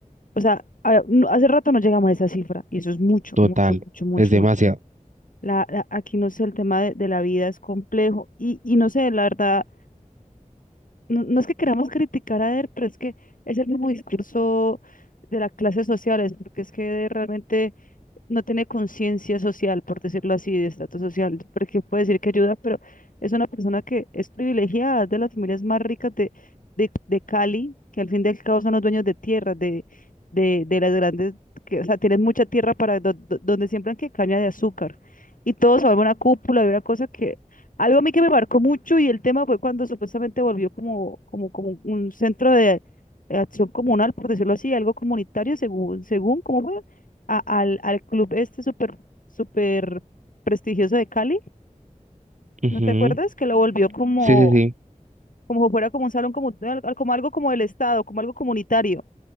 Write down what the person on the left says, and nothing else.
o sea, a- no- hace rato no llegamos a esa cifra, y eso es mucho,
mucho, mucho, mucho,
mucho. La, la- aquí no sé, el tema de, de la vida es complejo y, y no sé, la verdad no, no es que queramos criticar a Eder, pero es que es el mismo discurso de las clases sociales, porque es que Eder realmente no tiene conciencia social, por decirlo así, de estatus social, porque puede decir que ayuda, pero es una persona que es privilegiada, es de las familias más ricas de, de, de Cali, que al fin y al cabo son los dueños de tierras, de, de, de las grandes, que, o sea, tienen mucha tierra para do- do- donde siembran que caña de azúcar. Y todo se vuelve una cúpula y una cosa que, algo a mí que me marcó mucho y el tema fue cuando supuestamente volvió como, como, como un centro de... eh, acción comunal, por decirlo así, algo comunitario, según, según, ¿cómo fue? a- al, al club este súper, súper prestigioso de Cali.
¿No te Sí. acuerdas? Que lo volvió como,
como si fuera como un salón, como, como algo como el Estado, como algo comunitario.